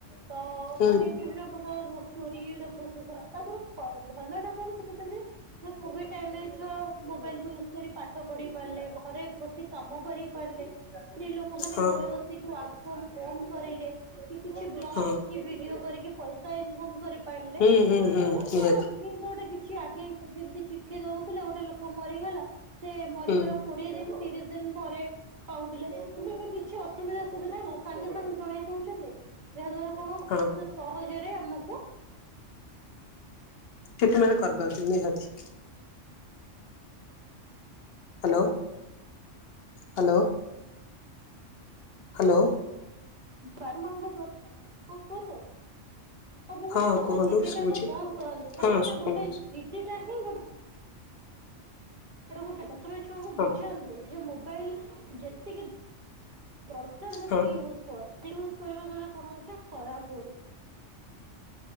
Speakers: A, on the right; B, on the left.
A: ତ
B: ହୁଁ
A: ମାନେ ବିଭିନ୍ନ ପ୍ରକାର ଚୋରିର ପ୍ରସେସର ତାଙ୍କର ଖ ଭଲ ଟା କଣ ଶିଖୁଛନ୍ତି। ନା କୋଭିଡ୍ ଟାଇମ୍ ରେ ଛୁଆ ମୋବାଇଲ୍ କୁ ୟୁଜ୍ କରି ପାଠ ପଢିପାରିଲେ ଘରେ କିଛି କାମ କରିପାରିଲେ ସ୍ତ୍ରୀ ଲୋକମାନୋ
B: ହଁ
A: ଘରେ ବସିକି ୱାର୍କ ଫ୍ରମ ହୋମ କରିଲେ। କି କିଛି ବ୍ଲଗ
B: ହଁ
A: କି ଭି ଭିଡିଓ କରିକି ପଇସା ଇନକମ୍ କରିପାରିଲେ।
B: ହୁଁ
A: ବହୁତ୍
B: ହୁଁ ହୁଁ ନିହାତି
A: <unintelligible> <unintelligible> ଗୋଟେ କିଛି ଆଗେ ଯେମତି ଚିଠି ଦଉଥିଲେ ଗୋଟେ ଲୋକ ମରିଗଲା ସେ ମରିବାର
B: ହୁଁ
A: କୋଡ଼ିଏ ଦିନ ତିରିଶ ଦିନ ପରେ- ପାଉଥିଲେ କିନ୍ତୁ ଏବେ କିଛି ଅସୁବିଧା ସୁବିଧା ନା ସାଙ୍ଗେ ସାଙ୍ଗେ ଜଣେଇ ଦଉଛନ୍ତି। ଯାହା ଦ୍ଵାରା କଣ
B: ହଁ
A: ନା ସେ ସହଜରେ ଆମକୁ
B: କେତେବେଳ କରିନ୍ତି ନିହାତି। Hello hello hello.
A: ବାପା ମାଙ୍କ କଣ କୁହନ୍ତୁ? ସବୁବେଳେ
B: ହଁ
A: ତାଙ୍କ
B: କୁହନ୍ତୁ
A: ଜିଦି
B: ଶୁଭୁଛି
A: ଟାକୁ ବନ୍ଦ କରନ୍ତୁ
B: ହଁ
A: କାହିଁକି
B: ଶୁଭୁଛି
A: ନା ଗୋଟେ ଜିଦି ଟା ହିଁ ଗୋଟେ ଆଡେ ଗୋଟେ ପ୍ରଥମେ ଛୁଆଙ୍କୁ
B: ହଁ
A: ବୁଝାନ୍ତୁ ଯେ ମୋବାଇଲ ଯେତିକି ଦରକାର ସେତିକି
B: ହଁ
A: ୟୁଜ କର ୟୁଜ କରିବା ଦ୍ଵାରା କଣ ହଉଛ ଖରାପ ହୁଏ।